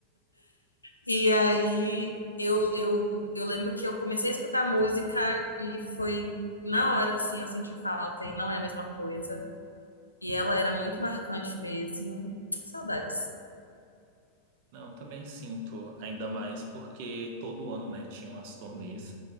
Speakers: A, on the left (about 80°); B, on the right (about 50°).
A: e aí eu, eu, eu lembro que eu comecei a escutar música e foi na hora, assim, eu senti falta e não é a mesma coisa. E ela era muito marcante mesmo. Saudades.
B: Não, também sinto, ainda mais porque todo ano, né, tinham as turnês